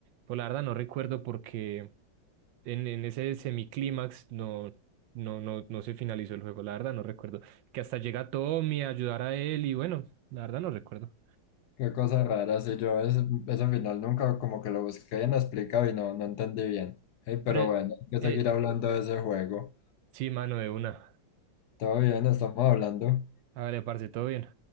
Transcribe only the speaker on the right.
Pues la verdad no recuerdo porque en, en ese semiclímax no, no, no, no se finalizó el juego, la verdad no recuerdo. Que hasta llega Tommy a ayudar a él y bueno, la verdad no recuerdo.
Pero
eh,
sí, mano de una.
Hágale, parce, todo bien.